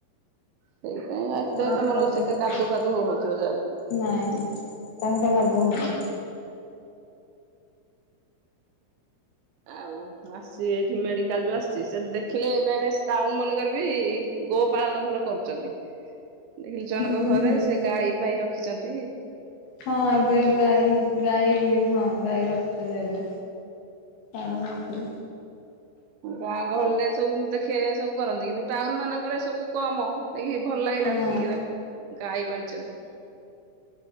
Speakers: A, on the right; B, on the left.
A: ସେଇଥିପାଇଁ ଏତେ
B: ରାସ୍ତା
A: ତମର
B: ପରିଷ୍କାର
A: ସେତେ କାଦୁ ଫାଦୁ ହଉନଥିବ ଯା
B: ନାଇଁ ରାସ୍ତା ଘାଟ କାଦୁ ହଉନି।
A: ଆଉ ମୁଁ ଆସଚି ଏଠି ମେଡିକାଲ ଯୋଉ ଆସିଛି ସେ ଦେଖିଲି ଏବେ ଟାଉନ ମାନଙ୍କର ବି ଗୋ ପାଳନ ଭଲ କରୁଚନ୍ତି ଦେଖିଲି ଜଣଙ୍କ
B: ହୁଁ
A: ଘରେ
B: ହୁଁ।
A: ସେ ଗାଈ ଫାଈ ରଖ ଖିଚନ୍ତି।
B: ହଁ ଏବେ ଗାଇ। ଗାଈ ହଁ ଗାଈ ରଖୁଛନ୍ତି ଏବେ ହଁ ରଖୁଛନ୍ତି।
A: ଗାଁ ଗହଳିରେ ସବୁ ଦେଖିବେ ସବୁ କରନ୍ତି କିନ୍ତୁ ଟାଉନ ମାନଙ୍କରେ ସବୁ କମ। ଦେଖି ଭଲ ଲାଗିଲା
B: ହଁ
A: ଦେଖିକି ତାଙ୍କ ଗାଈ ପାଳିଚନ୍ତି।